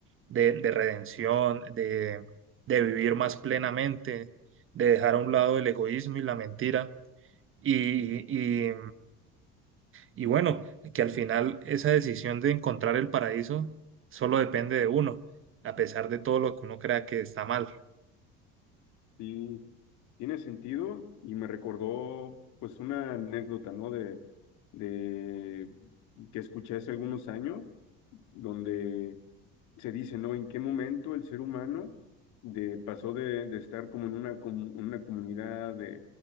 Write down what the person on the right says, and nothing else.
de, de redención, de, de vivir más plenamente, de dejar a un lado el egoísmo y la mentira. Y, y, y bueno, que al final esa decisión de encontrar el paraíso solo depende de uno, a pesar de todo lo que uno crea que está mal.